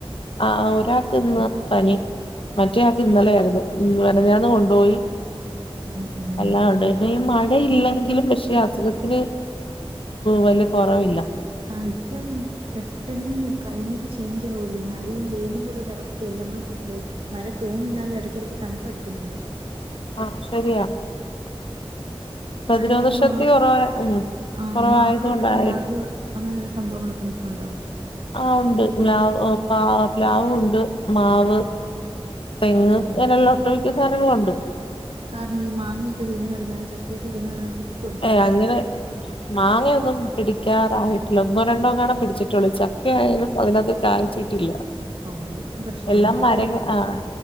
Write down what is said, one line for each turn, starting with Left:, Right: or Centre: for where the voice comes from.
Left: ആഹ് ഒരാക്ക് ഇന്ന് പനി മറ്റേയാൾക്ക് ഇന്നലെയായിരുന്നു മെനഞ്ഞാന്ന് കൊണ്ടുപോയി
Right: ഉം ഉം
Left: എല്ലാ ഉണ്ട് ഈ മഴയില്ലെങ്കിലും പക്ഷെ അസുഖത്തിന് വലിയ കുറവില്ല
Right: ആഹ് ഇപ്പം പെട്ടെന്ന് ക്ലൈമറ്റ് ചേഞ്ച് ആകല്ലേ മഴയും വെയിലും ഉള്ള ഒരവസ്ഥയല്ലെ നമ്മള് വെ - മഴ തൂങ്ങി നിന്നാലും ഇടയ്ക്കിടക്ക് തണുപ്പടിക്കുന്നുണ്ട്
Left: ആഹ് ശരിയാ
Right: പിന്നെ
Left: പ്രതിരോധ
Right: അടുത്ത് മാ
Left: ശക്തി കൊറവായ ഉം
Right: ആഹ്
Left: കൊറവായത്
Right: മാവ്
Left: കൊണ്ടായിരി
Right: പ്ലാവ് അങ്ങനെയുള്ള സംഭവങ്ങളൊക്കെ നിപ്പുണ്ടോ
Left: ആഹ് ഉണ്ട് പ്ലാവ്ണ്ട് മാവ് തെങ്ങ്
Right: ഉം
Left: ഇങ്ങനെയുള്ള ഒട്ടുമിക്ക സാനങ്ങളുണ്ട്
Right: കാരണം ഈ മാങ്ങയൊക്കെ വീണ് കെടന്നാലും ചക്കയൊക്കെ വീണ് കെടന്നാലും ചെലപ്പോ
Left: ഏ അങ്ങനെ മാങ്ങയൊന്നും പിടിക്കാറായിട്ടില്ല ഒന്നോ രണ്ടോ ങ്ങാനും പിടിച്ചിട്ടുള്ളൂ ചക്കെ ആയാലും അതിനകത്ത് കായ്ച്ചിട്ടില്ല
Right: ഓ അങ്കിപ്പോ പ്രശ്നല്ല
Left: എല്ലാം
Right: എങ്കിപോലും
Left: മരങ്ങ ആഹ്